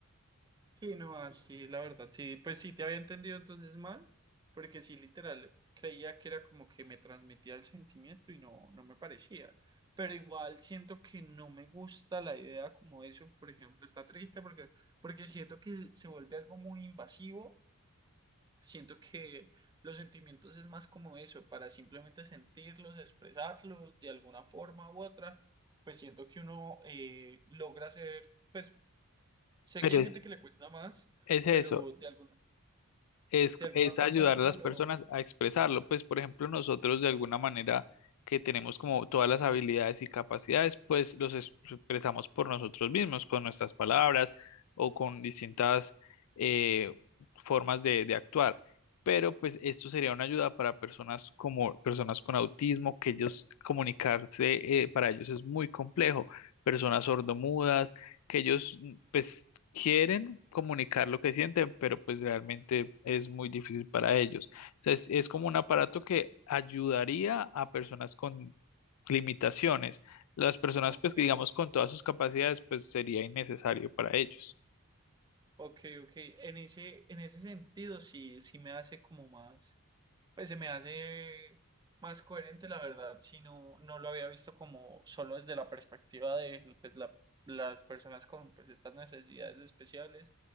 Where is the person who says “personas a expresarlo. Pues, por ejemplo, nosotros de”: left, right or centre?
Left